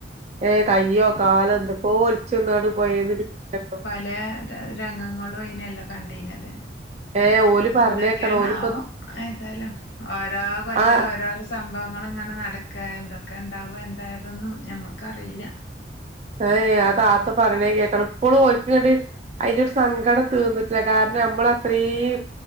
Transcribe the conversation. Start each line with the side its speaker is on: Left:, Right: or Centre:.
Right: ഏഹ് കയ്യോ കാലോ എന്തൊക്കോ ഒൽച്ചന്നാണ്ട് പൊയേന്ന് <unintelligible>
Left: പലേരംഗങ്ങളും അയ്നല്ലെ കണ്ടീനത്
Right: ഏഹ് ഓല്
Left: എന്തൊക്കെയാണാവോ
Right: പറഞ്ഞേക്കണം ഓലിപ്പം
Left: ഏതായാലും ഓരോ കൊല്ലം
Right: ആഹ്
Left: ഓരോ സംഭവങ്ങളിങ്ങനെ നടക്ക എന്തൊക്കെണ്ടാവ എന്തായേതൊന്നും ഞമ്മക്കറീല്ല.
Right: ഏഹ് ആ താത്ത പറിണേ കേക്കണം ഇപ്പളും ഓൽക്കിങ്ങട്ട് അയ്ന്റൊരു സങ്കടം തീർന്നിട്ടില്ല കാര്ണം നമ്മളത്രീം